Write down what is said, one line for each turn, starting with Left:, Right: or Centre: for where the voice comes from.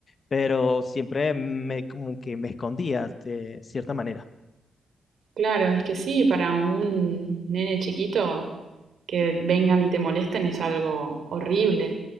Left: pero siempre me, como que me escondía de cierta manera.
Right: Claro, es que sí, para un nene chiquito que vengan y te molesten es algo horrible,